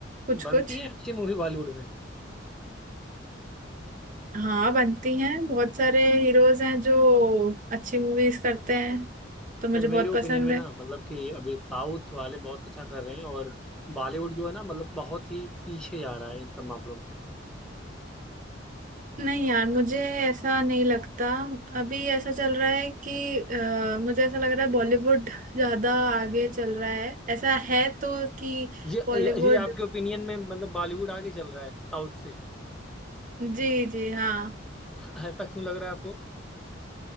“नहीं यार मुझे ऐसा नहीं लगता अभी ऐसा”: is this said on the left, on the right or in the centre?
Right